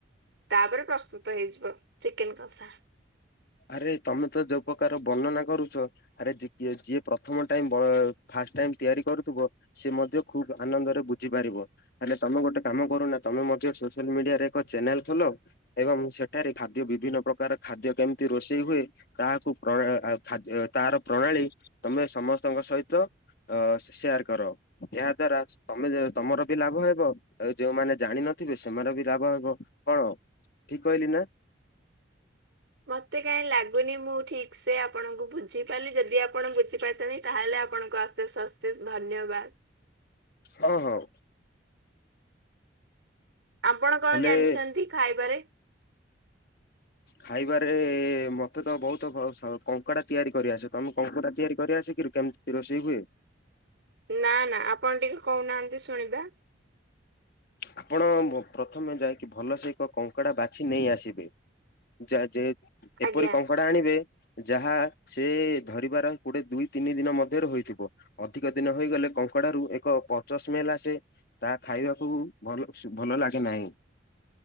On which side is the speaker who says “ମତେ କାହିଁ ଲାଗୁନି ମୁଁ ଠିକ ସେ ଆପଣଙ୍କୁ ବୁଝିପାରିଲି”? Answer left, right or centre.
Right